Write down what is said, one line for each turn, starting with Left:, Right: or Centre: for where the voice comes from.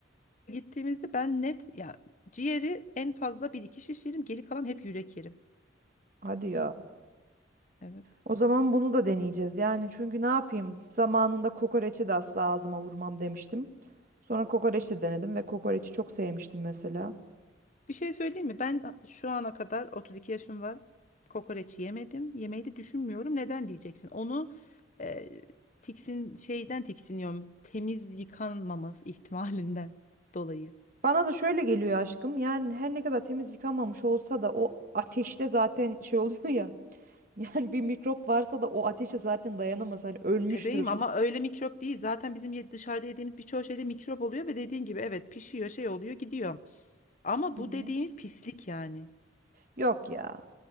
Left: gittiğimizde ben net ya ciğeri en fazla bir iki şiş yerim geri kalan hep yürek yerim.
Right: Hadi ya.
Left: Evet.
Right: O zaman bunu da deneyeceğiz. Yani çünkü ne yapayım? Zamanında kokoreçi de asla ağzıma vurmam demiştim. Sonra kokoreç de denedim ve kokoreçi çok sevmiştim mesela.
Left: Bir şey söyleyeyim mi? Ben şu ana kadar 32 yaşım var. Kokoreç yemedim. Yemeyi de düşünmüyorum. Neden diyeceksin? Onu e, tiksin şeyden tiksiniyorum. Temiz yıkanmaması ihtimalinden dolayı.
Right: Bana da şöyle geliyor aşkım. Yani her ne kadar temiz yıkanmamış olsa da o ateşte zaten şey oluyor ya. <laughs> Yani bir mikrop varsa da o ateşe zaten dayanamaz. Hani ölmüştür.
Left: Bebeğim ama öyle mikrop değil. Zaten bizim ye- dışarıda yediğimiz birçok şeyde mikrop oluyor ve dediğin gibi evet pişiyor, şey oluyor, gidiyor. Ama
Right: Hı
Left: bu
Right: hı.
Left: dediğimiz pislik yani.
Right: Yok ya.